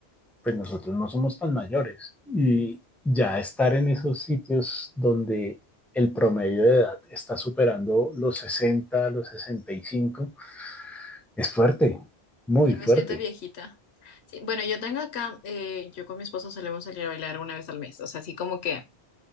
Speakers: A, in the centre; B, on the left.
A: pues nosotros no somos tan mayores y ya estar en esos sitios donde el promedio de edad está superando los 60, los 65 es fuerte, muy
B: Yo
A: fuerte.
B: me siento viejita. Sí, bueno, yo tengo acá, eh, yo con mi esposo solemos salir a bailar una vez al mes, o sea, así como que